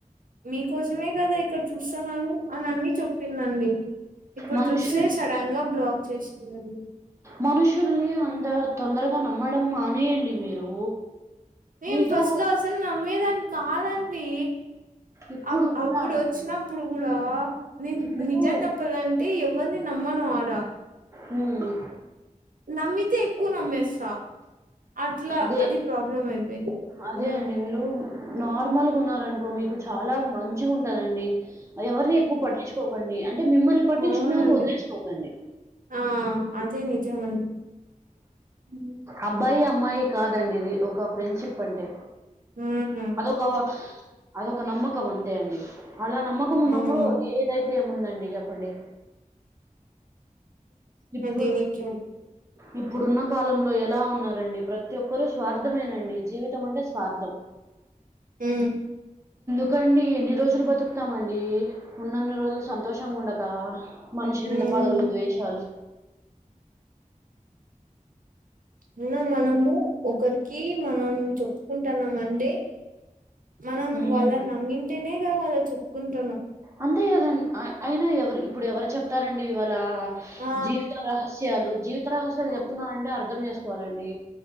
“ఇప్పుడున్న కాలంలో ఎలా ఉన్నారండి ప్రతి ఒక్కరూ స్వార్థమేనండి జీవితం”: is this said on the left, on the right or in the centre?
Right